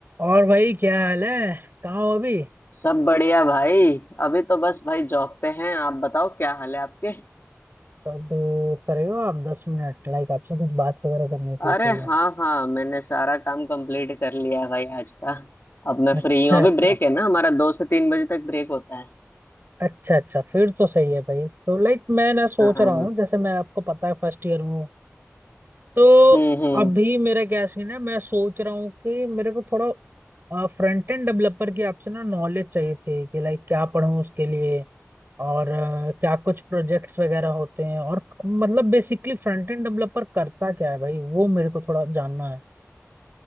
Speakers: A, on the right; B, on the left.
A: और भाई क्या हाल है कहाँ हो अभी
B: सब बढ़िया भाई अभी तो बस भाई जॉब पे हैं आप बताओ क्या हाल है आपके
A: तब फ्री हो आप दस मिनट लाइक आपसे कुछ बात वगैरह करनी थी
B: अरे
A: इसीलिए
B: हाँ हाँ मैंने सारा काम कंप्लीट कर लिया है भाई आज का अब मैं
A: अच्छा
B: फ्री हूँ अभी
A: अच्छा
B: ब्रेक है ना हमारा दो से तीन बजे तक ब्रेक होता है
A: अच्छा अच्छा फिर तो सही है भाई तो लाइक मैं ना सोच
B: हाँ
A: रहा हूँ जैसे मैं आपको पता है फर्स्ट ईयर में हूँ तो
B: हम्म हम्म
A: अभी मेरा क्या सीन है मैं सोच रहा हूँ कि मेरे को थोड़ा फ्रंट एंड डेवलपर की आपसे ना नॉलेज चाहिए थी कि लाइक क्या पढूं उसके लिए और अ, क्या कुछ प्रोजेक्ट्स वगैरह होते हैं और मतलब बेसिकली फ्रंट एंड डेवलपर करता क्या है भाई वो मेरे को थोड़ा जानना है